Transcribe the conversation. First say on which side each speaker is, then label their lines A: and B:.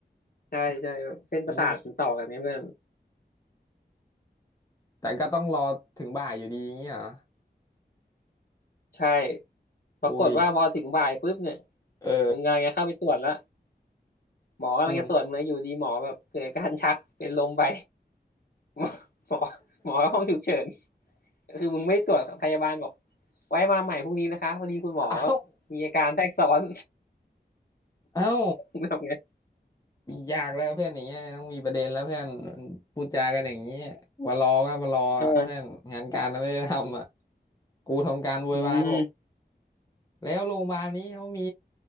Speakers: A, on the left; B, on the left.
A: ใช่ใช่แบบเส้นประสาทมันต่อกันเนี่ยเพื่อน
B: อุ้ยแต่ก็ต้องรอถึงบ่ายอยู่ดีอย่างเงี้ยเหรอ
A: ใช่ ปรากฏว่าพอถึงบ่ายปุ๊บเนี่ย
B: อุ้ยเออ
A: มึงกำลังจะเข้าไปตรวจแล้วหมอกำลังจะตรวจมึงแล้วอยู่ดีหมอแบบเกิดอาการชักเป็นลมไป
B: อืม
A: <laughs> หมอหมอหมอห้องฉุกเฉินคือมึงไม่ตรวจพยาบาลบอกไว้มาใหม่พรุ่งนี้นะคะพอดีคุณหมอ
B: <laughs> เอ้า
A: มีอาการแทรกซ้อน
B: เอ้า
A: <laughs> มึงทำไง
B: อยากแล้วเพื่อนอย่างเงี้ยต้องมีประเด็นแล้วเพื่อนพูดจากันอย่างเงี้ยว่ารอก็มารออ่ะเพื่อนงานการไม่ได้ทำอ่ะ
A: เออ
B: กูทำการโวยวายบอก
A: อืม
B: แล้วโรงพยาบาลนี้เขามี